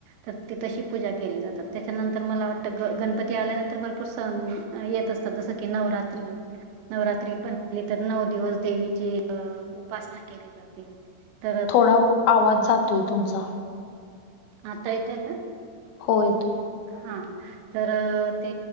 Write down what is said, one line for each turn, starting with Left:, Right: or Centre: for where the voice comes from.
Right: त तशी पूजा केली जातात. त्याच्यानंतर मला वाटतं ग गणपती आल्यानंतर भरपूर सण येत असतात जसं की नवरात्री नवरात्री पणली तर नऊ दिवस देवीची उपासना केली जाते. तर
Left: थोडा आवाज जातोय तुमचा.
Right: आता येतय का?
Left: हो येतोय.
Right: हा. तर ते